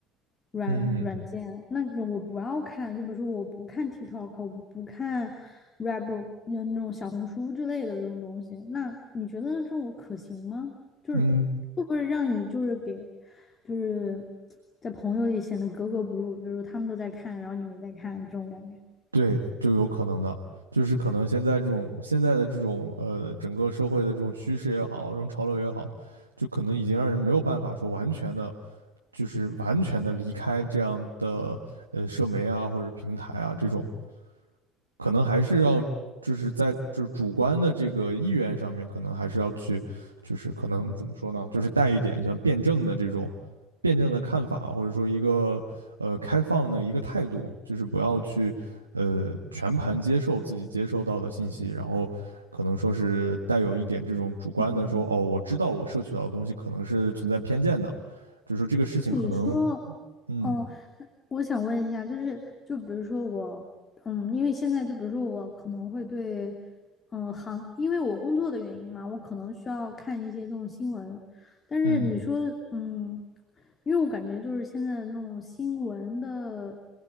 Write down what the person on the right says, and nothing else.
嗯
嗯，
对，就有可能的，就是可能现在这种现在的这种呃整个社会的这种趋势也好，这种潮流也好，就可能已经让人没有办法说完全的就是完全的离开这样的呃社媒啊或者平台啊这种，可能还是要就是在就是主观的这个意愿上面，可能还是要去就是可能怎么说呢，就是带一点像辩证的这种辩证的看法，或者说一个呃开放的一个态度，就是不要去呃全盘接受自己接收到的信息，然后。可能说是带有一点这种主观的说，
哦，我知道我摄取到的东西可能是存在偏见的，就是说这个事情可能
嗯
嗯